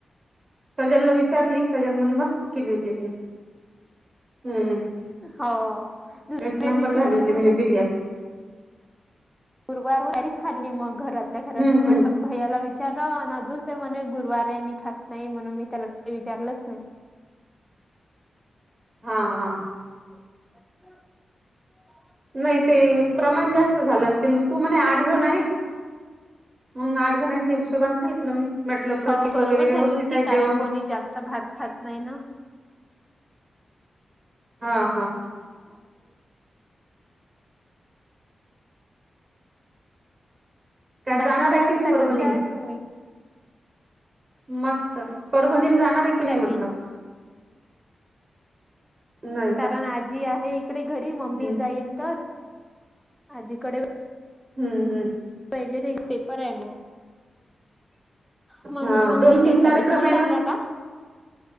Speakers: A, on the right; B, in the centre.
A: सगळ्यांना विचारली सगळे म्हणे मस्त केली होती ती. हम्म.
B: हो
A: एक
B: दुसऱ्या
A: नंबर
B: दिवशी उरली
A: झाली होती म्हणे बिर्याणी.
B: गुरवारारीच खाल्ली मग, घरातल्या घरात
A: हम्म
B: मी म्हटलं
A: हम्म
B: भैयाला विचार आणि अजून ते म्हणे गुरुवार आहे मी खात नाही. म्हणून मी त्याला काही विचारलंच नाही.
A: हा हा.
B: अ
A: नाही ते प्रमाण जास्त झालं असेल, तू म्हणे आठ जण आहे म्हणून आठ जणांच्या हिशोबान सांगितलं मी. म्हटलं
B: हो
A: प्रतीक
B: बरोबर
A: वगैरे
B: झाली
A: व्यवस्थित
B: होती,
A: आहे
B: कारण
A: जेवण
B: कोणी जास्त भात खात नाही ना.
A: हा हा.
B: ह ह बाकी
A: जाणार
B: काय
A: आहे की
B: म्हणता,
A: नाही परभणीला
B: कशा आहेत तुम्ही?
A: मस्त. परभणील जाणार आहे की नाही
B: चालली
A: म्हटलं. नाही
B: कारण
A: का
B: आजी आहे, इकडे घरी
A: हम्म
B: मम्मी जाईल तर. आजीकडे
A: हम्म हम्म.
B: पाहिजे ना, एक पेपर आहे मग. म्हणून
A: हा
B: मग
A: दोन
B: मी नाही
A: तीन
B: चालली,
A: कार्यक्रम
B: तुम्ही
A: आहे
B: चालल्या
A: ना
B: का?